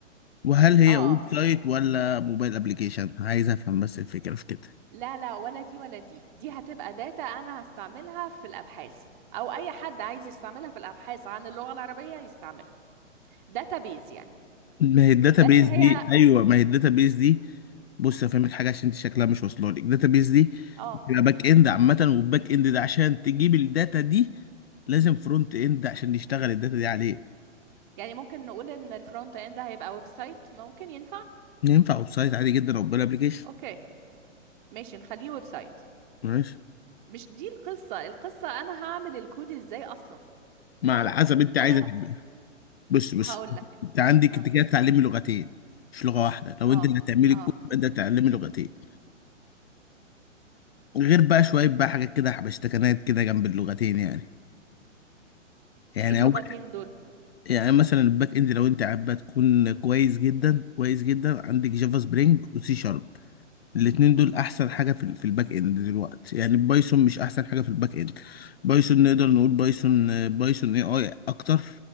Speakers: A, on the left (about 50°); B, on the right (about 40°).
A: وهل هي
B: اه
A: ويب
B: م-
A: سايت ولا موبايل ابلكيشن عايز افهم بس الفكره في كده
B: لا لا ولا دي ولا دي دي هتبقى داتا انا هستعملها في الابحاث او اي حد عايز يستعملها في الابحاث عن اللغة العربية يستعملها داتا بيز يعني
A: ما هي الداتا
B: بس
A: بيز
B: هي
A: دي ايوه ما هي الداتا بيز دي بص هفهمك حاجه عشان انت شكلها مش واصله لك الداتا بيز دي
B: اه
A: بتبقى باك اند عامه والباك اند ده عشان تجيب الداتا دي لازم فرونت اند عشان يشتغل الداتا دي عليه
B: يعني ممكن نقول ان الفرونت اند هيبقى ويب سايت ممكن ينفع
A: ينفع ويب سايت عادي جدا او موبايل ابلكيشن
B: اوكي ماشي نخليه ويب سايت
A: ماشي
B: مش دي القصة القصة انا هعمل الكود ازاي اصلا
A: ما على حسب انت عايزه
B: انا
A: تعمل بص بص
B: هقول لك
A: انت عندك
B: اه
A: انت كده تعلمي لغتين مش لغه واحده لو
B: اه
A: انت اللي هتعملي
B: اه
A: الكود يبقى انت هتتعلمي لغتين غير بقى شويه بقى حاجات كده حبشتكنات كده جنب اللغتين يعني يعني
B: ايه اللغتين
A: اول
B: دول
A: يعني مثلا الباك اند لو انت حابه تكون كويس جدا كويس جدا عندك جافا سبرينج وسي شارب الاتنين دول احسن حاجه في ال- في الباك اند دلوقتي يعني بايثون مش احسن حاجه في الباك اند بايثون نقدر نقول بايثون آه، بايثون اي اي اكتر